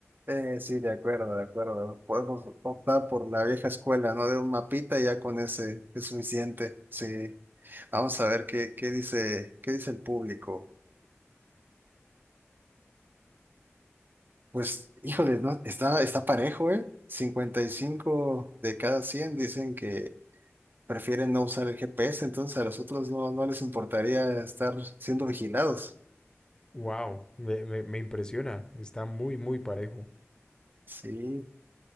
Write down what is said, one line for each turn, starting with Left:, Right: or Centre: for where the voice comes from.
Right: Eh, sí, de acuerdo, de acuerdo. Podemos optar por la vieja escuela, ¿no? De un mapita ya con ese es suficiente. Sí. Vamos a ver qué, qué dice, qué dice el público. Pues, híjole, ¿no? Está, está parejo, ¿eh? cincuenta y cinco de cada 100 dicen que prefieren no usar el GPS, entonces a los otros no, no les importaría estar siendo vigilados.
Left: Wow, me, me- me impresiona, está muy, muy parejo.
Right: Sí,